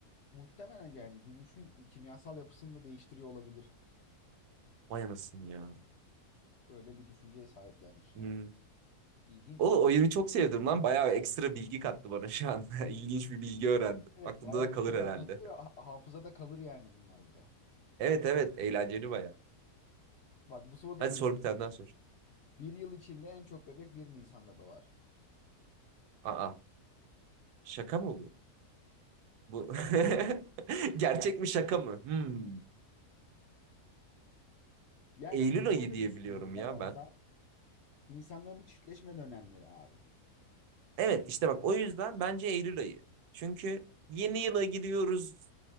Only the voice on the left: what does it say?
Muhtemelen yani gümüşün kimyasal yapısını da değiştiriyor olabilir.
Öyle bir düşünceye sahiplermiş yani.
İlginç.
Evet
bayağı
bir
şeyler
katıyor. Ha- Hafızada kalır yani bunlar bir de.
Bak bu soruda
bir,
bir yıl içinde en çok bebek bir Nisan'da doğar.
Yani
bunu şöyle
düşünürdüm
ben
olsa.
İnsanların çiftleşme dönemleri abi.